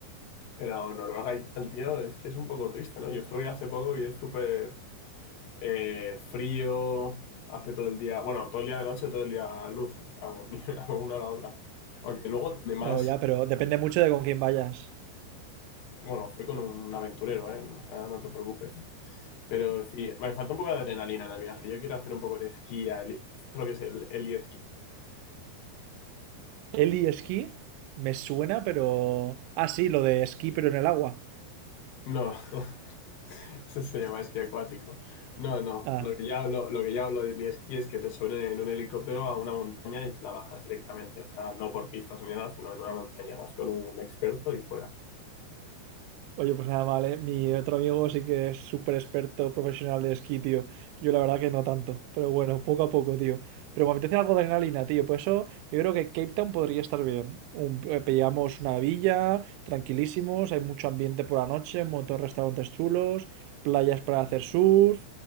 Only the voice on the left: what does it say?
Pero Noruega y tal, tío, es que es un poco triste, ¿no? Yo estuve hace poco y es súper eh, frío, hace todo el día, bueno, todo el día de noche, todo el día luz, o sea, ni <laughs> una o la otra. Aunque luego, además
bueno, fui con un aventurero, ¿eh? O sea, no te preocupes. Pero sí, me falta un poco de adrenalina en el viaje. Yo quiero hacer un poco de esquí, a heli- ¿sabes lo que es el heli
No, <laughs> eso se llama esquí acuático. No, no,
lo que ya hablo, lo que ya hablo de heli-esquí es que te suben en un helicóptero a una montaña y te la bajas directamente. O sea, no por pistas ni nada, sino en una montaña. Vas con un experto y fuera.